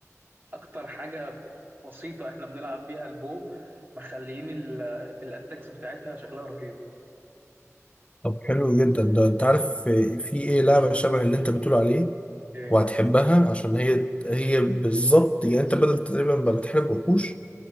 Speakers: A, on the right (about 40°); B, on the left (about 25°).
A: اكتر حاجه بسيطه احنا بنلعب بيها البو مخليين ال- الاتاكس بتاعتها شكلها رهيب
B: طب حلو جدا ده انت عارف إيه، في ايه لعبة شبه اللي انت بتقول عليه
A: ايه
B: وهتحبها عشان هي هي بالظبط يعني انت بدل تقريبا ما بتحارب وحوش